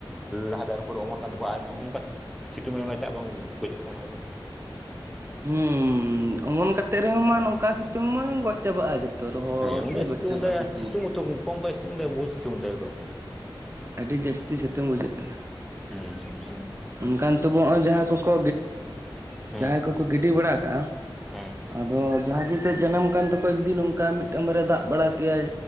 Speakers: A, in the centre; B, on the right (about 30°).
A: ᱞᱟᱦᱟᱛᱮ ᱩᱱᱠᱩ ᱚᱢᱚᱱ ᱠᱟᱱ ᱛᱟᱠᱚᱣᱟ ᱟᱨ ᱱᱚᱜᱼᱚ ᱱᱚᱝᱠᱟ ᱥᱤ ᱥᱤᱛᱩᱝ ᱨᱮ ᱚᱱᱟ ᱪᱟᱜ ᱵᱟᱝ ᱜᱚᱡᱚᱜ ᱛᱟᱠᱚᱣᱟ ᱚᱱᱟ ᱠᱚᱫᱚ
B: ᱦᱩᱸ ᱚᱢᱚᱱ ᱠᱟᱛᱮᱫ ᱨᱮᱦᱚᱸ ᱢᱟ ᱱᱚᱝᱠᱟ ᱥᱤᱛᱩᱝ ᱢᱟ ᱜᱚᱡᱽ ᱪᱟᱵᱟᱜᱼᱟ ᱡᱚᱛᱚ ᱨᱚᱦᱚᱲ
A: ᱦᱮᱸ
B: ᱛᱮ
A: ᱩᱱᱟᱹᱜ
B: ᱜᱚᱡᱽ
A: ᱥᱤᱛᱩᱝ
B: ᱪᱟᱵᱟᱜᱼᱟ
A: ᱫᱟᱭ
B: ᱥᱤᱛᱩᱝ
A: ᱟᱨ
B: ᱛᱮ
A: <unintelligible>
B: ᱟᱹᱰᱤ ᱡᱟᱹᱥᱛᱤ ᱥᱤᱛᱩᱝ ᱵᱩᱡᱷᱟᱹᱜ ᱠᱟᱱᱟ᱾
A: ᱩᱸ ᱦᱩᱸ
B: ᱚᱱᱠᱟ ᱱᱤᱛᱳᱜ <unintelligible> ᱦᱟᱸᱜᱼᱚᱭ ᱡᱟᱦᱟᱸᱭ ᱠᱚ ᱠᱚ
A: ᱦᱮᱸ
B: ᱡᱟᱦᱟᱸᱭ ᱠᱚᱠᱚ ᱜᱤᱰᱤ ᱵᱟᱲᱟ ᱠᱟᱜᱼᱟ
A: ᱦᱮᱸ
B: ᱟᱫᱚ ᱡᱟᱦᱟᱸᱭ ᱜᱮ ᱱᱤᱛᱳᱜ ᱡᱟᱱᱟᱢ ᱠᱟᱱ ᱛᱟᱠᱚᱣᱟ ᱡᱩᱫᱤ ᱱᱚᱝᱠᱟ ᱢᱤᱫᱴᱟᱝ ᱵᱟᱨᱭᱟ ᱫᱟᱜ ᱵᱟᱲᱟ ᱠᱮᱭᱟᱭ